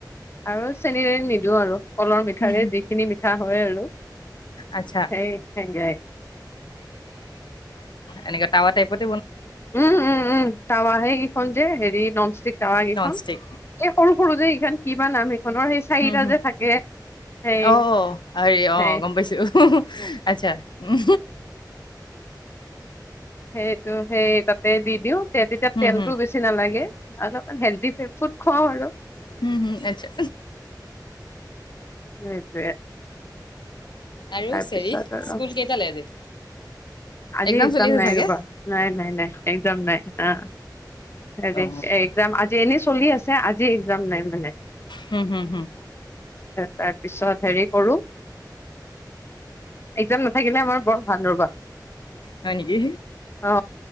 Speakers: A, on the left (about 35°); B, on the left (about 90°).
A: আৰু চেনি-তেনি নিদিওঁ আৰু। কলৰ মিঠাৰে
B: হুম, হুম।
A: যিখিনি মিঠা হয় আৰু।
B: আচ্ছা
A: সেয়াই
B: এনেকোৱা তাৱা টাইপত
A: উম উম উম। তাৱা হেগি খন যে, হেৰি ননষ্টিক তাক এইখন
B: নন ষ্টিক
A: এই সৰু সৰু যে এইখন কিবা নাম সেইখনৰ সেই চাৰিটা
B: হম - হম
A: যে থাকে সেই
B: অ হৰি আহ
A: সেই
B: গম পাইছো আচ্ছা উম।
A: সেইটো সেই তাতে দ দিও তেতিয়া
B: হুম
A: তেলতটো
B: হুম
A: বেছি নালাগে আৰু অ হেল ফুড খওঁ আৰু
B: ম হম আছা
A: সেইটোয়ে
B: আৰু
A: তাৰপিছত
B: চেৰি
A: আৰু
B: স্কুল কেইটালৈ আজি
A: আজি
B: এক্জাম
A: এক্সাম
B: চলি আছে
A: নাই
B: চাগে
A: ৰবা নাই- নাই- নাই এক্জাম নাই অ হেৰি
B: অ অ।
A: এক্জাম আজি এনে চলি আছে আজি যাম নাই মানে
B: হুম হুম হুম
A: তাৰপিছত হেৰি কৰোঁ একজাম নাথাকিলে আমাৰ বৰ ভাল ৰ'বা।
B: হয় নেকি?
A: অ